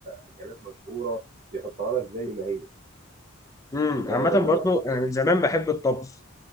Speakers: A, on the right (about 30°); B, on the left (about 15°).
A: اكلات مشهوره بيحطها لك زي ما هي
B: امم عامة
A: آه، جربت
B: برضو
A: اطبخ
B: أنا من زمان بحب الطبخ